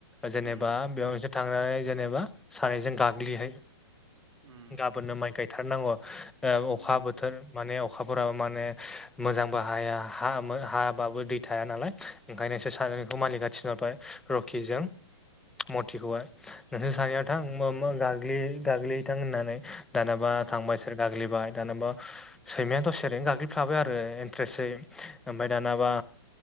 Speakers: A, in the centre; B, on the right.
A: जेनेबा
B: उम
A: बेयाव नोंसोर थांनानै जेनेबा सानैजों गाग्लिहैयो
B: उम
A: फोरनो माइ गायथारनांगौ अखा
B: उम
A: बोथोर माने अखाफोराबो माने मोजांबो हाया हा हाबाबो दै थाया नालाय ओंखायनो बिसोर सानैखौ मालिकआ थिनहरबाय रकिजों मथिखौहाय नोंसोर
B: उम
A: सानैया थां मा मा गाग्लि गाग्लि है थां होननानै दानाबा
B: उम
A: थांबाय बिसोर गाग्लिबाय दानाबा सैमायाया दसेे ओरैनो गाग्लिफ्लाबाय आरो इन्ट्रेसयै ओमफ्राय दानाबा